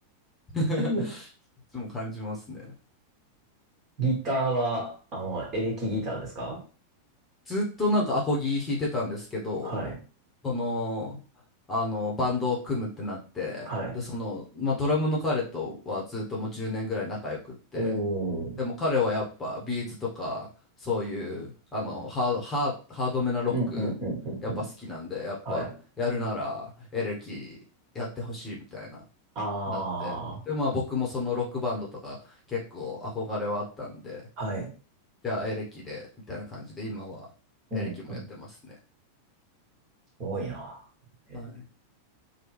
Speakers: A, on the left (about 15°); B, on the right (about 35°).
A: <laughs>
B: うん。<laughs>
A: いつも感じますね
B: ギターは、あの、エレキギターですか
A: ずっとなんかアコギ弾いてたんですけど
B: はい。
A: その、あの、バンドを組むってなって、
B: はい。
A: で、その、まあ、ドラムの彼とはずっともう10年ぐらい仲良くって、
B: おー。
A: でも彼はやっぱビーズとか、そういう、あの、ハード、ハーハードめなロック、
B: うん、うん、うん、うん、
A: やっぱ好きなんで、
B: うん。
A: やっぱやるならエレキやってほしいみたいな、
B: はい。あ
A: なって。
B: あ、
A: で、まあ僕もそのロックバンドとか結構憧れはあったんで、
B: はい。
A: じゃあエレキで、みたいな感じで、今はエレキもやってますね。
B: うん、うん。すごいな。え
A: はい。